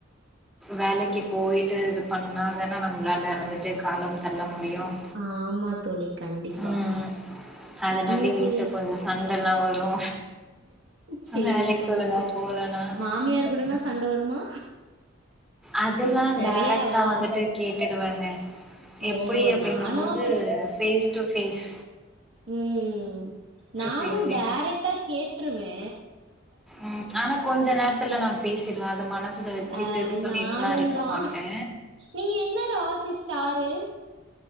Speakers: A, in the centre; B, on the right (about 65°).
A: வேலைக்கு போயிட்டு இது பண்ணாதானே நம்மளால வந்துட்டு காலம் தள்ள முடியும்
B: ஆமா தோழி. கண்டிப்பா.
A: உம் அதனால
B: உங்களுக்கு
A: வீட்டு கொஞ்சம் சண்டல்லா வரும்
B: சேரி
A: வேலைக்கு
B: சேரி
A: ஒழுங்கா
B: சேரி
A: போலனா
B: மாமியார்
A: ம்
B: கூடனா சண்ட வருமா
A: அததுல்லா
B: நெறையாவா?
A: டடைரக்ட்டா வந்துட்டு கேட்டுடுவங்க
B: ஓ!
A: எப்படி அப்பிடனும்
B: நானும்
A: போது face to face
B: um நானும்
A: face
B: டேரக்டா கேட்டுருவே
A: உம் ஆனா கொஞ்ச நேரத்துல நா பேசிருவ அது மனசுல வச்சிட்டு
B: அ
A: இது பண்ணிட்டெல்லா
B: நானும்
A: இருக்க
B: தான்.
A: மாட்டே
B: நீங்க என்ன ராசி ஸ்டாரு